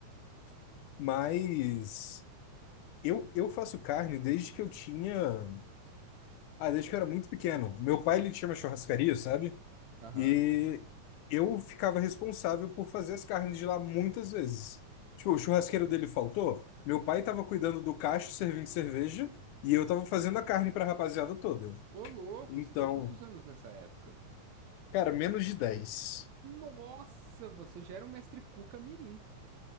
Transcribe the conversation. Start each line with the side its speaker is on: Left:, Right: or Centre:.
Left: <laughs> Mas eu, eu faço carne desde que eu tinha. Ah, desde que eu era muito pequeno. Meu pai, ele tinha uma churrascaria, sabe?
Right: Aham.
Left: E eu ficava responsável por fazer as carnes de lá muitas vezes. Tipo, o churrasqueiro dele faltou, meu pai tava cuidando do cacho, servindo cerveja, e eu tava fazendo a carne pra rapaziada toda.
Right: Ô, louco,
Left: Então,
Right: você tinha quantos anos nessa época?
Left: cara, menos de dez.
Right: Nossa, você já era um mestre Cuca Mirim.